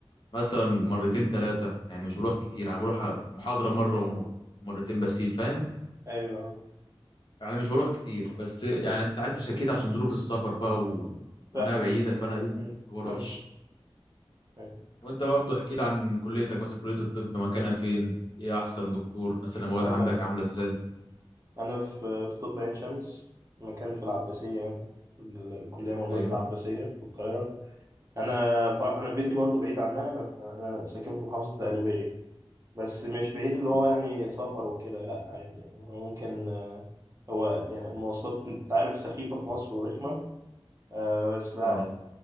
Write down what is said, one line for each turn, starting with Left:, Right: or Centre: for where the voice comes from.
Left: مثلا مرتين ثلاثة يعني مش بروح كتير يعني بروح على محاضرة مرة وم- ومرتين بس فاهم
Right: ايوه
Left: يعني مش بروح كتير بس يعني أنت عارف عشان كده عشان ظروف السفر بقى و... وإنها
Right: فاهمك
Left: بعيدة
Right: فاهمك
Left: فأنا إيه ما
Right: امم
Left: بروحش
Right: فاهمك أيوه.
Left: وأنت برضو احكي لي عن كليتك مثلا كلية الطب مكانها فين إيه أحسن دكتور مثلا المواد
Right: انا
Left: عندك عاملة إزاي
Right: انا في في طب عين شمس مكان في العباسيه يعني الكليه موجوده
Left: أيوه
Right: في العباسيه في القاهره انا طبعا انا بيتي برضو بعيد عنها انا انا ساكن في محافظه القليوبيه بس مش بعيد اللي هو
Left: أه
Right: يعني سفر وكده لا عادي يعني هو ممكن آه، هو يعني المواصلات انت عارف سخيفه في مصر ورخمه آه، بس لا
Left: آه،
Right: عادي